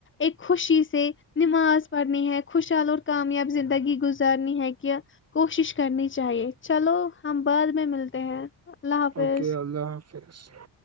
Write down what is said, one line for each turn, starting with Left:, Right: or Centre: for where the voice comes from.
Left: ایک خوشی سے نماز پڑن ہےیک <unintelligible> خوشحال اور کامیاب زندگی گزارنی ہے کہ کوشش کرنی چاہیے چلو ہم بعد میں ملتے ہیں اللہ حافظ
Right: اوکے اللہ حافظ اسس <unintelligible>